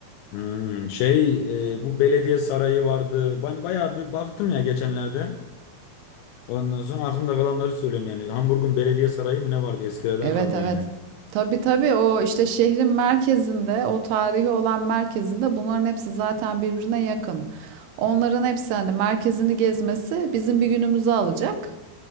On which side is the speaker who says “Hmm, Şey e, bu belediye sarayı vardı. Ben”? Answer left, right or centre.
Left